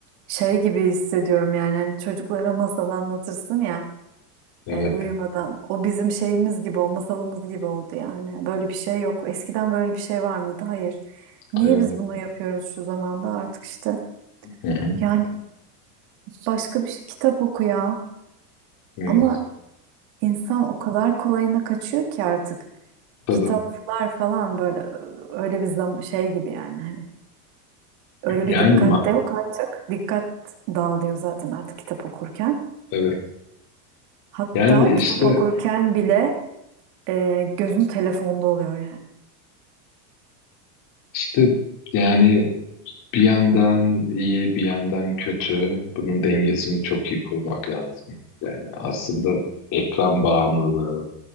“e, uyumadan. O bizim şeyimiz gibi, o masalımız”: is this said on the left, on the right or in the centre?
Right